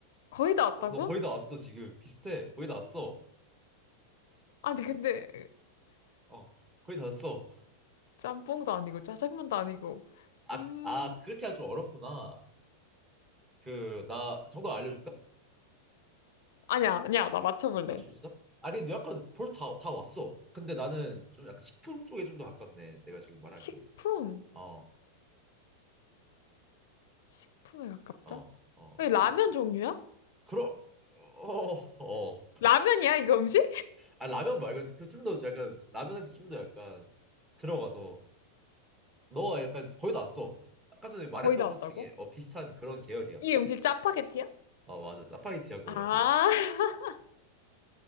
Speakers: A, on the left; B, on the right.
A: 거의 다 왔다고?
B: 너, 너 거의 다 왔어, 지금. 비슷해. 거의 다 왔어.
A: 아니 근데
B: 어, 거의 다 왔어.
A: 짬뽕도 아니고 짜장면도 아니고
B: 아,
A: 음
B: 아, 그렇게 하면 좀 어렵구나. 그, 나 정답 알려줄까?
A: 아니야 아니야 나 맞춰볼래.
B: 맞출 수 있어? 아니, 근데 약간 벌써 다, 다 왔어. 근데 나는 좀 약간 식품 쪽에 좀 더 가깝네. 내가 지금 말한
A: 식품
B: 게. 어,
A: 식품에 가깝다?
B: 어, 어.
A: 왜 라면
B: 요,
A: 종류야?
B: 그럼, 어, 어.
A: 라면이야 이거 음식?
B: 아, 라면 말고 그 좀더 약간, 라면에서 좀 더 약간 들어가서 너 약간 거의 다 왔어. 아까 전에 말했던
A: 거의 다
B: 것
A: 왔다고?
B: 중에 어, 비슷한 그런 계열이야.
A: 이 음식 짜파게티야?
B: 어 맞아 짜파게티 한 거
A: 아,
B: 같은.
A: <laughs>